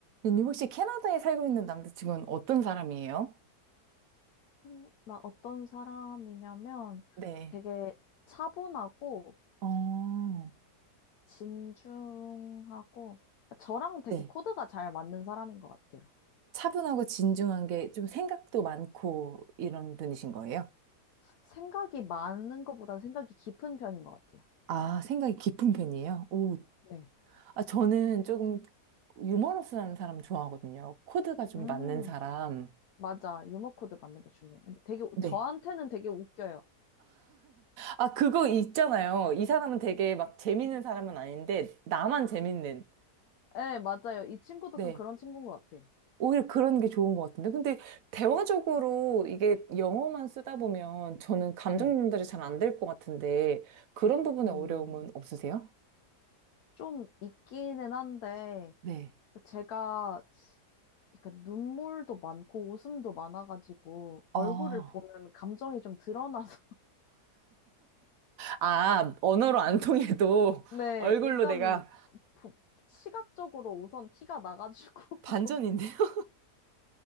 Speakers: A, on the right; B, on the left.
A: 님 혹시 캐나다에 살고 있는 남자친구는 어떤 사람이에요?
B: 캔- 나 어떤 사람이냐면
A: 네.
B: 되게 차분하고
A: 어,
B: 진중하고 저랑 되게
A: 네.
B: 코드가 잘 맞는 사람인 것 같아요.
A: 차분하고 진중한 게 좀 생각도 많고 이런 분이신 거예요?
B: 생각이 많은 것보다는 생각이 깊은 편인 것 같아요.
A: 아, 생각이 깊은 편이에요? 오,
B: 네.
A: 아, 저는 조금 유머러스한 사람 좋아하거든요. 코드가 좀
B: 음,
A: 맞는 사람.
B: 맞아. 유머 코드 맞는 거 중요해요. 근데 되게 우-
A: 네.
B: 저한테는 되게 웃겨요.
A: 아, 그거 있잖아요. 이 사람은 되게 막 재밌는 사람은 아닌데, 나만 재밌는.
B: 네, 맞아요. 이 친구도
A: 네.
B: 좀 그런 친구인 것 같아요.
A: 오히려 그런 게 좋은 것 같은데. 근데 대화적으로 이게 영어만 쓰다 보면 저는 감정
B: 네.
A: 전달이 잘 안 될 것 같은데 그런 부분에
B: 음,
A: 어려움은 없으세요?
B: 좀 있기는 한데
A: 네.
B: 제가 그러니까 눈물도 많고 웃음도 많아가지고 얼굴을
A: 아,
B: 보면 감정이 좀 드러나서 <laughs>
A: 아, 언어로 안 통해도
B: 네
A: <laughs> 얼굴로
B: 일단
A: 내가,
B: 보- 시각적으로 우선 티가 나가지고 <laughs>
A: 반전인데요? <laughs>